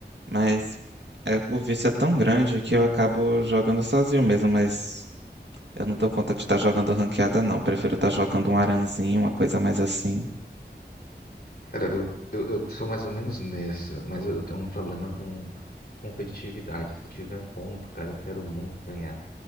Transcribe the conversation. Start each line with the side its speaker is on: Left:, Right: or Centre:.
Right: Mas é- o vício é tão grande que eu acabo jogando sozinho mesmo. Mas eu não dou conta de estar jogando ranqueada, não. Prefiro estar jogando um aranzinho, uma coisa mais assim.
Left: Cara, eu, eu, eu sou mais ou menos nessa, mas eu, eu tenho um problema com competitividade. Se tiver ponto, cara, eu quero muito ganhar.